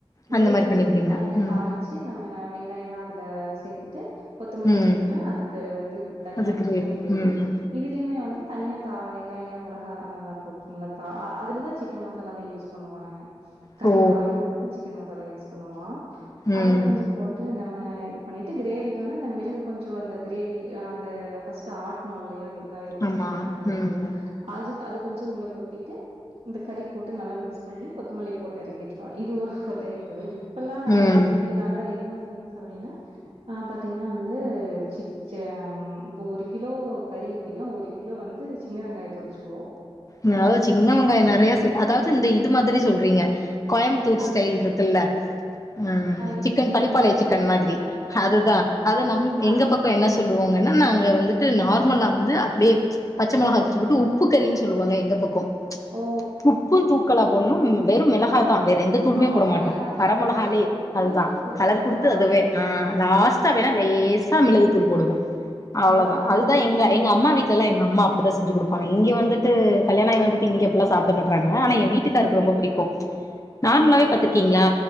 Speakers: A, on the right; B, on the left.
A: கிரேவி
B: அந்த மாரி பண்ணிப்பீங்க
A: வந்து தனியா
B: ம்
A: தாளிச்சு நம்ம வெங்காய எல்லா அதுல சேர்த்துட்டு கொத்தமல்லி
B: ம்
A: சேர்த்துட்டுட்டா அது வந்து தனியா
B: அது
A: சிக்கன் கிரேவி
B: ம்
A: இதுலயுமே வந் வந்து தனியா தா வெங்காய மொளகா எல்லா நல்லா போட்டு நல்லா தா அதில தா சிக்கன் மசாலாவே யூஸ் பண்ணுவோ நாங்க
B: ஓ
A: கறி தாளிக்கிறப்பத சிக்கன் மசாலா யூஸ் பண்ணுவ
B: ம்
A: அதுல கொஞ்ச போட்டு நம்ம இது பண்ணிட்டு கிரேவிக்கு வந்து அந்த மிளகு கொஞ்ச அந்த கிரேவி அந்த ஆ பஸ்டு ஆட்டனோ இல்லையா வெங்காய கொஞ்ச
B: ஆமா
A: தனியா ஆட்டணுல்ல
B: ம்
A: அது அது கொஞ்ச உள்ள கொட்டிட்டு இந்த கறி போட்டு நல்லா மிக்ஸ் பண்ணி கொத்தமல்லி போட்டு இறக்கிட்டுருவ இது ஒரு டைப்பு இப்பெல்லா நாங்க
B: ம்
A: வந்து இங்க நல்லா என்ன பேமஸ் அப்படின்னா ஆ பாத்தீங்கன்னா வந்து சிக் ச ம் இப்போ ஒரு கிலோ கறி அப்படின்னா ஒரு கிலோ வந்து சின்ன வெங்காய தொடிச்சுக்குவோ
B: தாவது சின்னவங்காய நெறைய சே அதாவது இந்த இது மாதிரி சொல்றீங்க கோயபுத்தூர்
A: ஆ
B: ஸ்டைல் ருக்குல்ல ஆ
A: இது
B: சிக்கன்
A: ச
B: பளிப்பாளைய
A: பள்ளிப்பாளைய
B: சிக்கன் மாதிரி
A: வைங்களே
B: அதுதா
A: ஆமாங்க
B: அது நம் எங்க
A: அது
B: பக்கம் என்ன சொல் ஓங்கன்னா நாங்க வந்துட்டு நார்மலா வந்து அப்படியே பச்ச மிளகாபிச்சிபோட்டு உப்பு கறினு சொல்லுவாங்க எங்க பக்க
A: ஓ
B: உப்பு தூக்களா போடும் வெறு மிளகா தா வேற எந்த தூலுமே
A: ஆ
B: போட மாட்டோ
A: மெளகாதா
B: வர மொலகாளே
A: அது கலர் குடுத்து
B: அதுதா
A: தூக்கல
B: கலர் குடுத்து
A: காரத்துக்கு
B: அதுவே ஆ லாஸ்ட் ச வேணா லேசா மிளகுதூள் போடுவோ அவ்வளதா
A: ஆ நாங்க
B: அதுதா
A: அது
B: எங்க
A: மிளகுத்தூள்லா
B: எங்க அம்மா வீட்டுல
A: போட்றதில்ல
B: எல்லா எங்க அம்மா அப்படிதா செஞ்ஜி குடுப்பாங்க இங்க வந்து து கல்யாண ஆகி வந்துட்டு இங்க அப்படிலா சாப்ட மாட்டுறாங்க ஆனா எ வீட்டுக்காருக்கு
A: ம்
B: ரொம்ப
A: ம் ம்
B: பிடிக்கு நார்மலாவே
A: ம்
B: பாத்திருக்கீங்களா
A: ம்